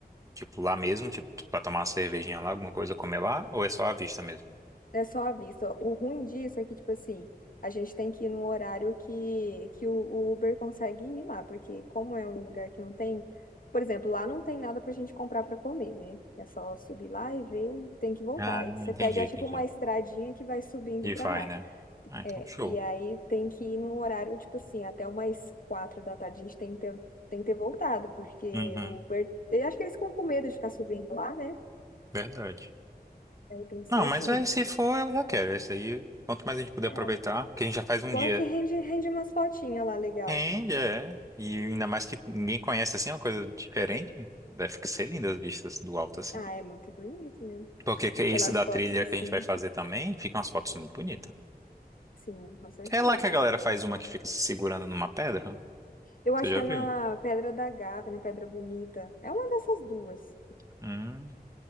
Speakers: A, on the right; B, on the left.
A: tipo, lá mesmo? Tipo, pra tomar uma cervejinha lá, alguma coisa comer lá? Ou é só a vista mesmo?
B: É só à vista. O ruim disso é que, tipo assim, a gente tem que ir num horário que, que o o Uber consegue ir lá, porque como é um lugar que não tem, por exemplo, lá não tem nada pra gente comprar pra comer, né? É só subir lá e ver, tem que voltar.
A: Ah,
B: E você
A: entendi,
B: pega,
A: entendi.
B: tipo, uma estradinha que vai subindo
A: E
B: pra
A: vai,
B: lá.
A: né? Ah, então
B: É,
A: show.
B: e aí tem que ir num horário, tipo assim, até umas quatro da tarde a gente tem que ter, tem que ter voltado, porque
A: Uhum.
B: o Uber. Eu acho que eles ficam com medo de ficar subindo lá, né?
A: Verdade.
B: Então, tem que
A: Não,
B: ser assim.
A: mas aí, se for, eu já quero. Esse aí, quanto mais a gente puder
B: é,
A: aproveitar, que a gente já faz um
B: Bom
A: dia.
B: é que rende, rende umas fotinhas lá, legal.
A: É, já é. E ainda mais que ninguém conhece assim, é uma coisa diferente. Deve ser linda as vistas do alto assim.
B: Ah, é muito bonito, né?
A: Porque que-
B: Pelas
A: esse da
B: fotos
A: trilha
B: assim,
A: que a gente vai fazer também, fica umas fotos muito bonitas.
B: sim, com certeza.
A: É lá que a galera faz uma que fica se segurando numa pedra?
B: Eu acho
A: Você já
B: que é
A: viu?
B: na Pedra da Gávea, na Pedra Bonita. É uma dessas duas.
A: Hum,